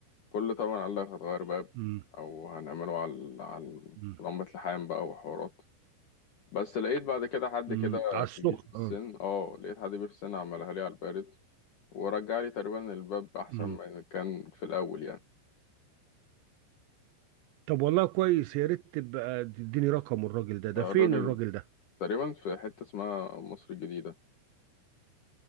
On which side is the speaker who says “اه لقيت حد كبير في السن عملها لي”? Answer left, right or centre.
Left